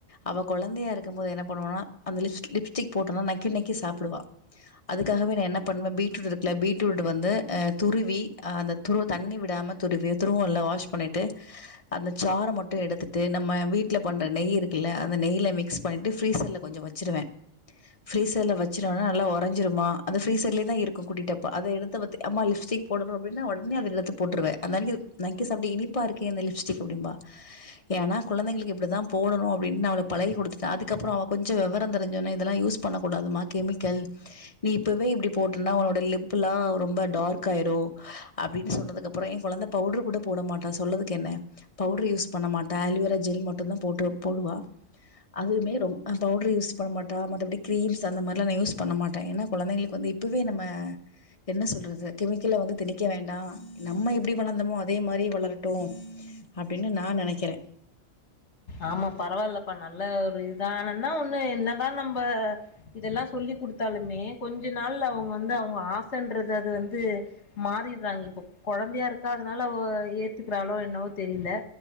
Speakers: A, on the left; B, on the left.
A: அவ குழந்தையா இருக்கு போது என்ன பண்ணுவனா அந்த லிப்ஸ்டிக் போட்டனா நக்கி நக்கி சாப்பிடுவ அதுக்காகவே நான் என்ன பண்ணுவேன் பீட்ரூட் இருக்கல பீட்ரூட் வந்து துருவி அந்த துருவ தண்ணி விடாம துருவி துருவல்ல வாஷ் பண்ணிட்டு அந்த சாறை மட்டும் எடுத்துட்டு நம்ம வீட்டில் பண்ணற நெய் இருக்குல அந்த நெய்யில மிக்ஸ் பண்ணிட்டு ஃப்ரீசர் ல கொஞ்ச வச்சிருவேன் ஃப்ரீசர்ல வச்சிருவேன் நல்லா ஓர ஓரஞ்சிருமா அந்த ஃபிரீஸர்லதா இருக்கு குட்டி டப்பா அத எடுத்து வச்சுட் அம்மா லிப்ஸ்டிக் போடணு ன உடனே அது எழுத்து போட்டுருவே <unintelligible> நக்கி சாப்ட்டுஇனிப்பா இருக்கே இந்த லிப்ஸ்டிக் அப்டின்பா ஏன்னா குழந்தைகளுக்கு இப்படிதான் போடணும் அப்படின்னு ந அவளுக்கு பழகி குடுத்துட்டே அதுக்கப்புறம் அவள் கொஞ்ச விவரம் தெரிஞ்சன்னா இதெல்லா யூஸ் பண்ணக் கூடாதுமா கெமிக்கல் நீ இப்பவே இப்படி போட்டனா உன்னோட லிப்லா ரொம்ப டார்க் ஆயிரும் அப்படின்னு சொன்னதுக்குப்புறம் என் குழந்த பவுடர் கூட போட மாட்டா சொல்லறதுக்கு என்ன பவுடர் யூஸ் பண்ண மாட்ட அலோவேரா ஜெல் மட்டு தான் போட்டு போடுவா அதுமே பவுடர் யூஸ் பண்ண மாட்டா மத்தபடி கிரீம்ஸ் அந்த மாதிரிலா யூஸ் பண்ண மாட்டேன் ஏன்னா குழந்தைங்களுக்கு வந்து இப்பவே நம்ம என்ன சொல்றது கெமிக்கல்ல வந்து திணிக்க வேண்டாம் நம்ம எப்படி வளர்ந்தோமோ அதே மாதிரி வளரட்டும் அப்படின்னு நான் நினைக்கிறேன்
B: ஆமா பரவாயில்லப்பா நல்ல ஒரு இதுான் ஆனன்னா ஒண்ணு என்னதான் நம்ம ப்ப இதெல்லாம் சொல்லி குடுத்து ட்டாலுமே கொஞ்ச நாள் அவங்க வந்து அவங்க ஆசைன்றது அது வந்து மாறிடுறாங்க இப்ப குழந்தையா இருக்க அதனால அவ ஏத்துக்கிறாளோ என்னவோ தெரியல